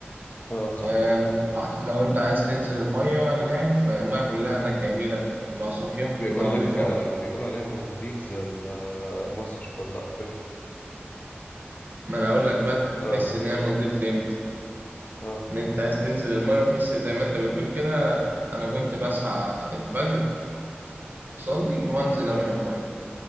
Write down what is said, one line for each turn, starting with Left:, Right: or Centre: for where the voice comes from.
Left: اه صح
Right: آم، لو انت عايز تنزل المية هناك فالمية كلها هناك جميلة كلها صافية
Left: بيقول
Right: كلها نظيفة
Left: لك آه بيقول عليها مالديفز ال- آه، مصر ولا افريقيا
Right: ما انا اقول لك بقى
Left: اه
Right: تحس ان هي نظيفة امتى
Left: اه
Right: ان انت عايز تنزل المية وتحس زي ما انت بتقول كده انا كنت بصحى الفجر اصلي وانزل اروح المية